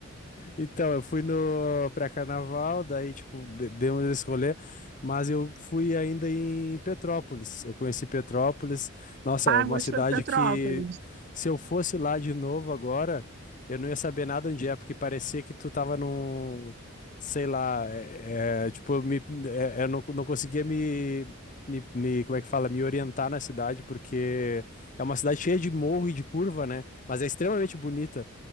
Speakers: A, on the left (about 35°); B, on the right (about 50°).
A: Então, eu fui no pré-carnaval, daí, tipo, de- demos esse rolê, mas eu fui ainda em Petrópolis. Eu conheci Petrópolis. Nossa,
B: Agosto
A: é uma cidade
B: é Petrópolis.
A: que, se eu fosse lá de novo agora, eu não ia saber nada onde é, porque parecia que tu tava num, sei lá, é, é, tipo, eu me, é, é, eu não, não conseguia me, me, me, como é que fala, me orientar na cidade, porque é uma cidade cheia de morro e de curva, né? Mas é extremamente bonita.